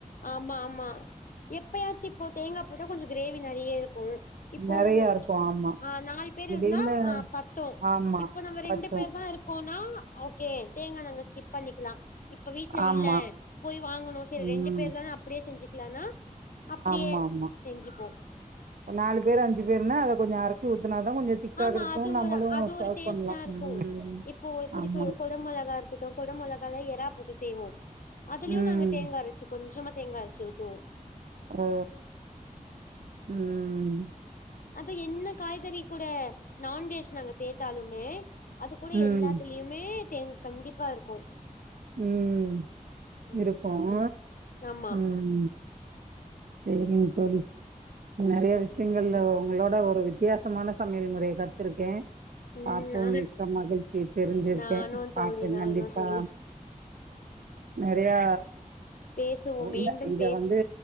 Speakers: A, on the left; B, on the right.
A: ஆமா ஆமா எப்பயாச்சும் இப்போ தேங்கா போட்டா கொஞ்சம் கிரேவி நெறைய இருக்கும் இப்போம்
B: நெறையா இருக்கு ஆமா
A: அ நாலு பேர்
B: திடீர்னு
A: இருந்தா அ பத்தும்
B: ஆமா
A: இப்போ நம்ப ரெண்டு
B: பத்து
A: பேர் தான் இருக் இருக்கோம்னா ஓகே தேங்கா நாங்க ஸ்கிப் பண்ணிக்கலாம் இப்ப வீட்ல
B: ஆமா
A: இல்ல போய் வாங்கணும் செரி
B: ம்
A: ரெண்டு பேர் தான அப்டியே செஞ்சுக்கலானா அப்டியே
B: ஆமா ஆமா
A: செஞ்சுப்போ
B: ஒரு நாலு பேரு அஞ்சு பேருனா அத கொஞ்சம் அரைச்சி ஊத்துனாதான் கொஞ்சம் திக்கா
A: ஆமா
B: இருக்கும்
A: அது
B: நம்மளும்
A: ஒரு அது
B: சர்வ்
A: ஒரு டேஸ்ட்டா
B: பண்ணலாம்
A: இருக்கு
B: ம்
A: இப்போ எப்டி
B: ஆமா
A: சொல்ல கொட மிளகா இருக் கொடம் கொட மொலகால எறா போட்டு செய்வோம் அது வியும்
B: ம்
A: நாங்க தேங்கா அரைச்சு கொஞ்சமா தேங்கா அரச்சு ஊத்துவோம்
B: ஓ உம்
A: அது என்ன காய்கறி கூட நான்வெஜ் நாங்க சேத்தாலுமே அது கூட
B: ம்
A: எல்லாத்துலியும் மே தேங்கா கண்டிப்பா இருக்கும்
B: ம்
A: ம்
B: இருக்கொம்
A: ஆமா
B: ம் சேரிங்க தோழி நறைய
A: சரிங்க
B: விஷயங்கள்ல உங்களோட ஒரு வித்தியாசமான சமையல் மொறைய கத் துருக்கேன்
A: ம்
B: பாப்போம்
A: நான்
B: மிக்க மகிழ்ச்சி தெரிஞ்சிருக்கேன்
A: நானு
B: பாப்போன்
A: தோழி நானு
B: கண்டிப்பா
A: தோழி
B: நெறயா
A: பேசுவோ மீண்டும்
B: இங் இங்க வந்து